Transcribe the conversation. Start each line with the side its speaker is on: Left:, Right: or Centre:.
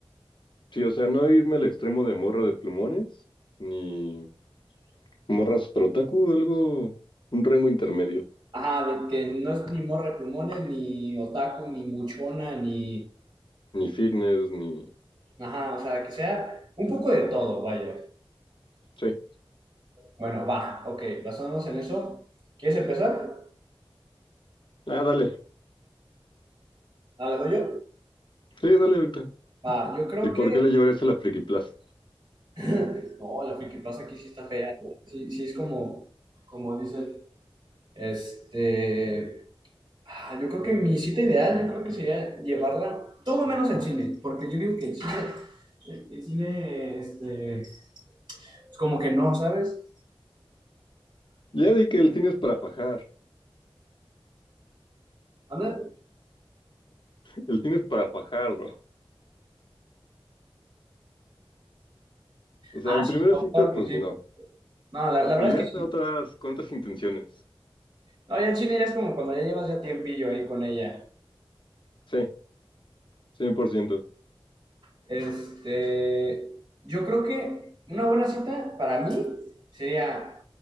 Left: Sí, o sea, no irme al extremo de morra de plumones, ni morra super otaku, algo, un rango intermedio.
Right: Ajá, de que no es ni morra de plumones, ni otaku, ni buchona, ni
Left: Ni fitness, ni...
Right: Ajá, o sea, que sea un poco de todo, vaya.
Left: Sí.
Right: Bueno, va, ok, basándonos en eso, ¿quieres empezar?
Left: Ah, dale.
Right: Ah, ¿le doy yo?
Left: Sí, dale ahorita.
Right: Va, yo creo
Left: ¿Y por
Right: que...
Left: qué lo llevarías a la Friki Plaza?
Right: <laughs> No, la pasa aquí sí está fea. Sí, sí es como, como dicen. Este... ah, Yo creo que mi cita ideal, yo creo que sería llevarla todo menos al cine, porque yo digo que el cine, el, el cine, este, es como que no, ¿sabes?
Left: Ya di que el cine es para fajar.
Right: ¿Anda?
Left: El cine es para fajar, bro. O sea,
Right: Ah,
Left: en primera
Right: sí,
Left: cita,
Right: claro
Left: pues
Right: que sí.
Left: no.
Right: No, la, la verdad
Left: Irías
Right: es que
Left: a
Right: sí.
Left: otras, con otras intenciones.
Right: No, ya el cine ya es como cuando ya llevas ya tiempillo ahí con ella.
Left: Sí, 100%.
Right: Este, yo creo que una buena cita para mí sería